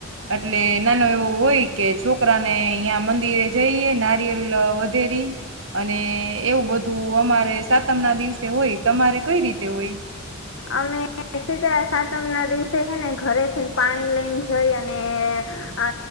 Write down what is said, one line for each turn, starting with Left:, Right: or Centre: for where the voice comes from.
Right: એટલે એ નાનો એવું હોય કે છોકરાને અહં મંદિરે જઈએ નારિયેલ વધેરી અને એવું બધું અમારે સાતમ ના દિવસે હોય તમારે કઈ રીતે હોય
Left: અમે શીતળા સાતમ ના દિવસે હેને ઘરે થીને પાણી લઈને જઈ અને